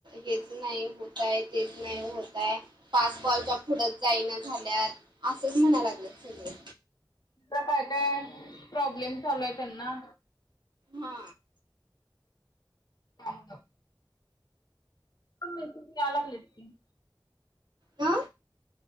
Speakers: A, on the right; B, on the left.
A: हेच नाही होत आहे तेच नाही होत आहे फस्टबॉलच्या फुडत जाईना झाल्यात असंच म्हणा लागलं सगळं
B: काय काय प्रॉब्लेम चालव आहे त्यांना
A: हा
B: हांत पण मेी अलागले की
A: ह